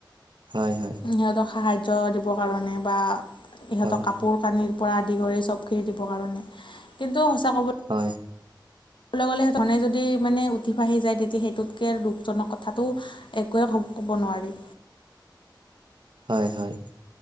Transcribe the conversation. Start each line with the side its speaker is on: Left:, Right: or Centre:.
Right: হয়, হয়।
Left: সিহঁতক সাহাৰ্য দিবৰ কাৰণে বা ইহঁতক
Right: হয়
Left: কা কাপোৰ কানি পৰা আদি কৰি চবখিনি দিব কাৰনে। কিন্তু সঁচা কব
Right: হয়।
Left: ক'বলৈ গ'লে সেই টো ধৰনে যদি মানে উঠি ভাহি যায় তেতিয়া সেইটোতকৈ আৰু দুখজনক কথাটো একোৱে ক ক'ব নোৱাৰি।
Right: হয়, হয়।